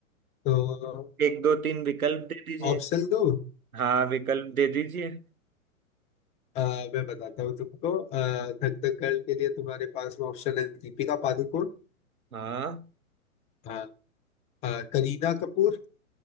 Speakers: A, on the left; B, on the right.
A: तो
B: एक दो तीन विकल्प दे दीजिए
A: ऑप्शन दो
B: हाँ विकल्प दे दीजिए
A: मैं बताता हूँ तुमको अ, थक थक कर के लिए तुम्हारे पास में ऑप्शन है दीपिका पादुकोण
B: हाँ
A: अ, अ, करीना कपूर